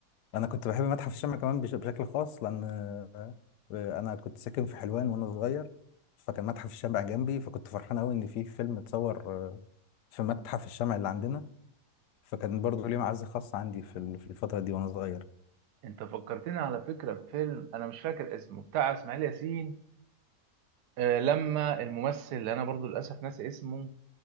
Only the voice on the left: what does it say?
انا كنت بحب متحف الشمع كمان بش- بشكل خاص لان آه، انا كنت ساكن في حلوان وانا صغير فكان متحف الشمع جنبي فكنت فرحان قوي ان في فيلم اتصور آه، في متحف الشمع اللي عندنا فكان برضو ليه معزه خاصه عندي في ال- في الفتره دي وانا صغير